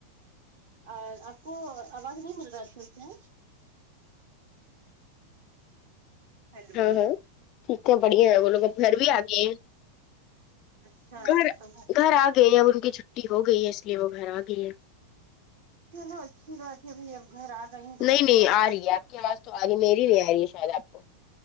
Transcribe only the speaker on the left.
ہاں ہاں ٹھیک ٹھاک بڑھیا ہیں وہ لوگ اب گھر بھی آ گئے ہیں
گھر
گھر آ گئے اب ان کی چھٹی ہو گئی ہے اس لیے وہ گھر آ گئی ہے
نہیں
نہیں
آ رہی ہے آپ کی آواز تو آگی میری نہیں آ رہی ہے شاید آپ کو